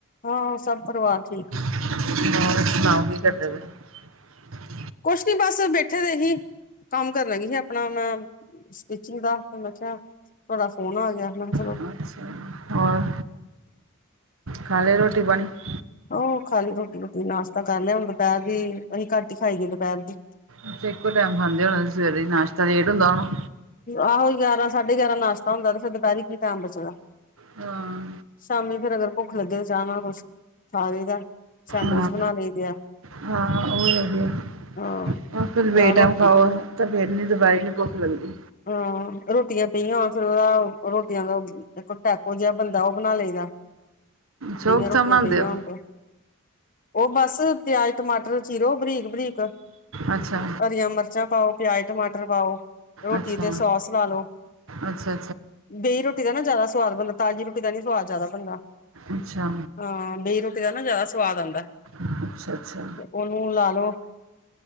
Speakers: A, on the left; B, on the right.
A: ਹਾਂ। ਸਭ ਪਰਿਵਾਰ ਠੀਕ,
B: ਹੋਰ ਸੁਣਾਓ? ਕੀ ਕਰਦੇ
A: ਹੈਜੀ।
B: <inaudible>
A: ਕੁਛ ਨੀ ਬਸ ਬੈਠੇ ਦੇ ਜੀ। ਕੰਮ ਕਰਨ ਲੱਗੀ ਸੀ ਆਪਣਾ ਮੈਂ ਸਟਿਚਿੰਗ ਦਾ ਮੈਂ ਕਿਹਾ ਆ ਤੁਹਾਡਾ ਫੋਨ ਆ ਗਿਆ। ਮੈਂ ਕਿਹਾ ਚਲ।
B: ਅੱਛਾ ਹੋਰ ਖਾ ਲਿਆ ਰੋਟੀ-ਪਾਣੀ।
A: ਉਹ ਖਾਲੀ ਰੋਟੀ- ਰੋਟੀ ਨਾਸ਼ਤਾ ਕਰ ਲਿਆ। ਹੁਣ ਦੁਪਹਿਰ ਦੀ ਅਸੀਂ ਘੱਟ ਹੀ ਖਾਈ ਦੀ ਦੁਪਹਿਰ ਦੀ।
B: ਅੱਛੇ ਇੱਕੋ ਟਾਈਮ ਖਾਂਦੇ ਹੋਣੇ ਤੁਸੀਂ ਸਵੇਰੇ ਨਾਸ਼ਤਾ ਲੇਟ ਹੁੰਦਾ ਹੁਣਾ।
A: ਆਹੋ ਗਿਆਰਾਂ ਸਾਢੇ ਗਿਆਰਾਂ ਨਾਸ਼ਤਾ ਹੁੰਦਾ ਤੇ ਫਿਰ ਦੁਪਹਿਰੀ ਕੀ ਟੈਮ ਬਚਦਾ।
B: ਹਾਂ।
A: ਸ਼ਾਮੀ ਫੇਰ ਅਗਰ ਭੁੱਖ ਲੱਗੇ ਤਾਂ ਚਾਹ ਨਾਲ ਕੁਛ, ਖਾ ਲਈਦਾ ਸੈਂਡਵਿਚ
B: ਹਾਂ
A: ਬਣਾ ਲਈ ਦੇ ਆ।
B: ਹਾਂ, ਉਹ ਵੀ ਵਧੀਆ।
A: ਹਾਂ
B: ਉਹ ਫਿਰ ਬੇ
A: ਜਾਂ
B: -ਟਾਇਮ
A: ਰੋਟੀ
B: ਖਾਓ। ਤਾਂ ਫਿਰ ਨੀ ਦੁਪਹਿਰੇ ਨੂੰ ਭੁੱਖ ਲੱਗਦੀ।
A: ਹਾ ਰੋਟੀਆਂ ਪਈਆਂ ਹੋਣ ਫਿਰ ਉਹਦਾ ਰੋਟੀਆਂ ਦਾ। ਇੱਕੋ ਟੈਕੋ ਜਿਹਾ ਬਣਦਾ ਉਹ ਬਣਾ ਲਈਦਾ
B: ਚੌਕ
A: ਬੇਹੀਆਂ ਰੋਟੀਆਂ
B: ਸਾ ਬਣਾਉਂਦੇ
A: ਪਈਆਂ
B: ਹੋ
A: ਹੋਣ ਤੇ। ਉਹ ਬਸ ਪਿਆਜ, ਟਮਾਟਰ ਚੀਰੋ ਬਰੀਕ- ਬਰੀਕ।
B: ਅੱਛਾ
A: ਹਰੀਆਂ ਮਿਰਚਾਂ ਪਾਓ। ਪਿਆਜ਼ ਟਮਾਟਰ ਪਾਓ। ਰੋਟੀ
B: ਅੱਛਾ
A: ਤੇ ਸੌਸ ਲਾ ਲਓ।
B: ਅੱਛਾ ਅੱਛਾ
A: ਬੇਈ ਰੋਟੀ ਦਾ ਨਾ ਜ਼ਿਆਦਾ ਸਵਾਦ ਬਣਦਾ ਤਾਜ਼ੀ ਰੋਟੀ ਦਾ ਨੀ ਸਵਾਦ ਜ਼ਿਆਦਾ ਬਣਦਾ।
B: ਅੱਛਾ
A: ਹਾਂ ਬੇਈ ਰੋਟੀ ਦਾ ਨਾ ਜ਼ਿਆਦਾ ਸਵਾਦ ਆਉਂਦਾ।
B: ਅੱਛਾ ਅੱਛਾ
A: ਉਹਨੂੰ ਲਾ -ਲੋ